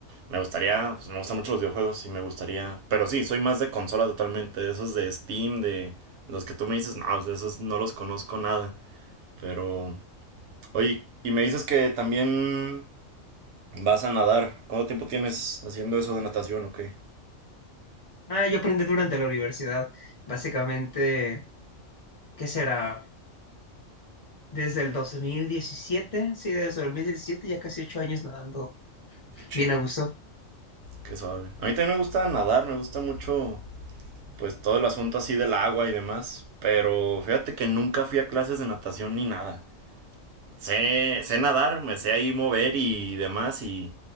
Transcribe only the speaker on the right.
me gustaría pues me gustan mucho los videojuegos y me gustaría pero sí soy más de consola totalmente de esos de Steam de los que tú me dices no pues, de esos no los conozco nada pero oye y me dices que también Vas a nadar. ¿Cuánto tiempo tienes haciendo eso de natación o qué?
Qué chido,
qué suave. A mí también me gusta nadar, me gusta mucho pues todo el asunto así del agua y demás. Pero fíjate que nunca fui a clases de natación ni nada. sé, sé nadar, me sé ahí mover y demás, y,